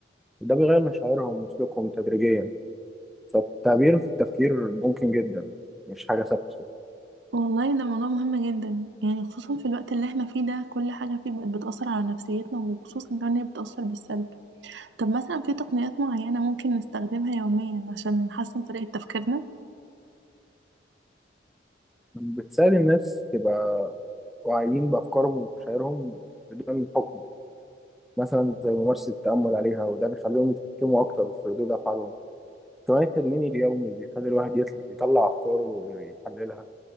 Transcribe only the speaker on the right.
والله ده موضوع مهم جدا يعني خصوصا في الوقت اللي احنا فيه ده كل حاجة فيه بقت بتأثر على نفسيتنا وخصوصا كمان هي بتأثر بالسلب طب مثلا في تقنيات معينة ممكن نستخدمها يوميا عشان نحسن طريقة تفكيرنا